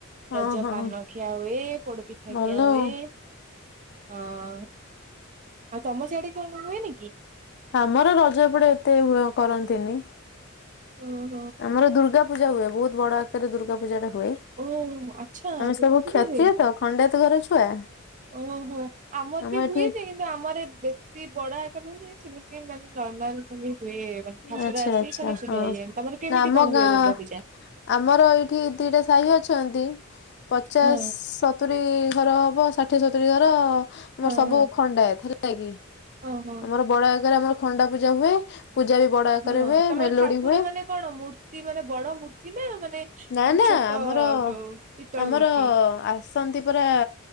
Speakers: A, on the left; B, on the right.
A: ହଁ
B: ରଜ
A: ହଁ
B: ପାନ ଖିଆ ହୁଏ ପୋଡ ପିଠା
A: ଭଲ
B: ଖିଆ ହୁଏ
A: ଆଉ।
B: ହଁ। ଆଉ ତମ ସିଆଡେ କଣ କଣ ହୁଏ ନି କି?
A: ଆମର ରଜ ପଟେ ଏତେ ହୁଆ କରନ୍ତିନି।
B: ଉଁ
A: ଆମର ଦୁର୍ଗା ପୂଜା ହୁଏ ବହୁତ ବଡ ଆକାରରେ ଦୁର୍ଗା ପୂଜା ଟା ହୁଏ।
B: ଓହୋ ଆଚ୍ଛା
A: ଆମେ
B: ଦୁର୍ଗା
A: ସବୁ
B: ପୂଜା
A: କ୍ଷତ୍ରିୟ
B: ହୁଏ।
A: ତ ଖଣ୍ଡାୟତ ଘରର ଛୁଆ।
B: ଓହୋ ଆମର
A: ଆମ
B: ବି
A: ଏଠି
B: ହୁଏ ଯେ କି ଆମର ବେଶୀ ବଡ ଆକାର ନୁହେଁ ଯେ ସେମିତି ମାନେ ନରମାଲ ସେମିତି ହୁଏ। ରଥଯାତ୍ରା
A: ଆଚ୍ଛା
B: ଆସି
A: ଆଚ୍ଛା
B: ଖାଲି ପୂଜା
A: ହଁ
B: ହୁଏ ତମର କେମତି
A: ନା ଆମ
B: କଣ
A: ଗାଁ
B: ହୁଏ ଦର୍ଗାପୂଜା।
A: ଆମର ଏଇଠି ଦିଟା ସାହି ଅଚନ୍ତି ପଚାଶ
B: ହଁ
A: ସତୁରି ଘର ହବ ଷାଠିଏ ସତୁରି ଘର ଆମର
B: ହଁ
A: ସବୁ
B: ହଁ
A: ଖଣ୍ଡାୟତ ହେଲା କି?
B: ହଁ ହଁ
A: ଆମ ବଡ ଆକାରରେ ଆମର ଖଣ୍ଡା ପୂଜା ହୁଏ। ପୂଜା ବି ବଡ। ଆକାରରେ
B: ହଁ
A: ହୁଏ
B: ତମର
A: ମେଲୋଡି
B: ଠାକୁର
A: ହୁଏ
B: ମାନେ କଣ ମୂର୍ତ୍ତି ମାନେ ବଡ ମୂର୍ତ୍ତି ନା ମାନେ
A: ନା
B: ଏମ
A: ନା
B: ଛୋଟ
A: ଆମର
B: ଯୋଉ ପିତ୍ତଳ
A: ଆମର
B: ମୂର୍ତ୍ତି?
A: ଆ ଆସନ୍ତି ପରା